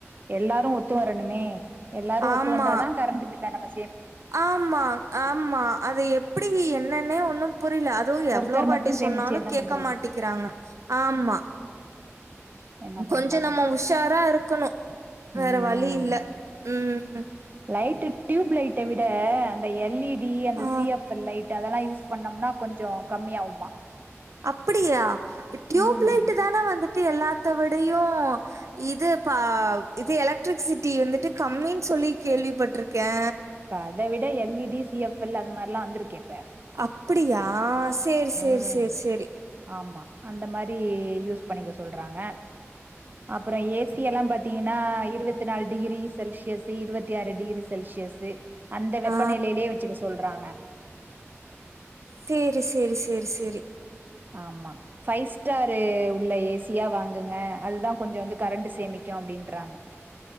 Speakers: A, on the right; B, on the right.
A: எல்லாரு ஒத்து வரணுமே எல்லாரு ஒத்து
B: ஆமா.
A: வந்தாதா கரெண்ட் பில்ல நம்ப
B: ஆமா ஆமா அது எப்டி என்னன்னே ஒண்ணு புரியில அதுவு
A: ஒருத்தர்
B: எவ்ளோ வாட்டி
A: மட்டு சேமிச்சு
B: சொன்னாலு
A: என்ன
B: கேட்க
A: பண்றது
B: மாட்டிக்கிறாங்க ஆமா
A: என்ன பண்லா
B: கொஞ்சோ நம்ம உஷாரா இருக்கணு வேற
A: ம்
B: வழி
A: ம்
B: இல்ல உம்
A: லைட்டு டியூப் லைட்ட விட அந்த எல் இ டி அந்த
B: ஆ
A: சி எப் எல் லைட் அதெல்லா யூஸ் பண்ணோம்னா கொஞ்சோ கம்மியாகுமா
B: அப்டியா டியூப்
A: ம்
B: லைட்டு தானே வந்துட்டு எல்லாத்த விடயு இது பா இது எலக்ட்ரிக்சிட்டி வந்துட்டு கம்மினு சொல்லி கேள்விப்பட்டிருக்கே
A: இப்ப அத விட L E D C F L அது மாரில்லா வந்திருக்கே இப்ப
B: அப்படியா? சரி, சரி,
A: உம்
B: சரி, சரி.
A: ஆமா அந்த மாரி யூஸ் பண்ணிக்க சொல்றாங்க அப்புறோ ஏசி எல்லா பாத்தீங்கன்னா இருவத்தி நாலு டிகிரி செல்சியஸு இருவத்தி ஆறு டிகிரி செல்சியஸு அந்த வெப்பநிலையிலேயே
B: ஆ.
A: வச்சுக்க சொல்றாங்க
B: சேரி சேரி சேரி சேரி
A: ஆமா ஃபைவ் ஸ்டாரு உள்ள ஏசியா வாங்குங்க அதுதா கொஞ்சோ வந்து கரண்ட்டு சேமிக்கு அப்டின்றாங்க